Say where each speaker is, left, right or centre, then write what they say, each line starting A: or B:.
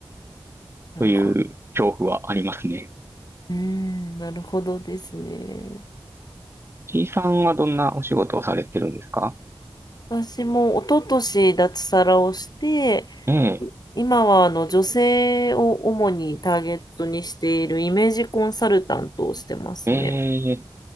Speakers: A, on the left; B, on the right.
A: なるほど。
B: という恐怖はありますね。
A: うーん、なるほどですね。
B: C さんはどんなお仕事をされてるんですか
A: 私も一昨年脱サラをして、
B: ええ、
A: 今はあの女性を主にターゲットにしているイメージコンサルタントをしてますね。
B: ええ、